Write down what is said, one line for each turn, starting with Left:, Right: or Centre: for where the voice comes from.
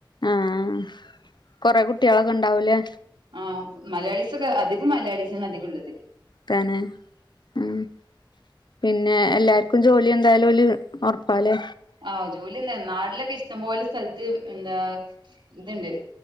Left: ആഹ് കൊറെ കുട്ടിയളൊക്കെ ഉണ്ടാവൂലേ?
Right: ആഹ് മലയാളിസൊക്കെ അധികം മലയാളിസന് അധികംള്ളത്.
Left: തന്നെ ഉം പിന്നെ എല്ലാർ ക്കു ജോലി എന്തായാലു ഓല് ഒറപ്പാലെ
Right: ആഹ് ജോലിയെന്നെ നാട്ടിലൊക്കെ ഇഷ്ടം പോലെ സ്ഥലത്ത് എന്താ ഇത്ണ്ട്